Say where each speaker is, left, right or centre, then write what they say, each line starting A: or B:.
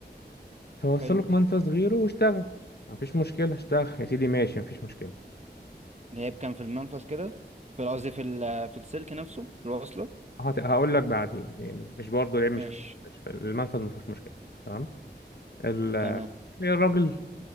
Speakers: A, on the left (about 65°); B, on the right (about 40°).
A: فوصله
B: حلو
A: في منفذ غيره واشتغل مفيش مشكلة اشتغل يا سيدي ماشي مفيش مشكلة
B: اللي كان في المنفذ كده في قصدي في ال- في السلك نفسه في الوصله
A: هت- هقول لك بعدين يعني مش برضه العيب
B: ماشي
A: مش في مش في المنفذ مفيش مشكلة تمام ال-
B: تمام
A: الراجل